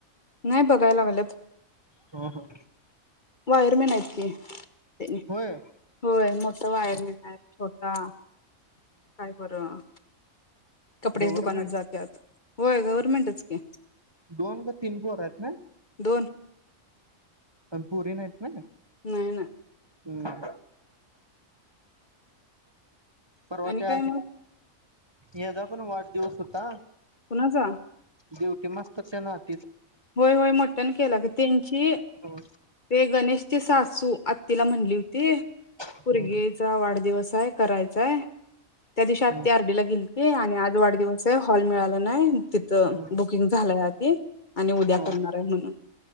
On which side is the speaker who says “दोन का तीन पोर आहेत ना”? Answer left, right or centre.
Right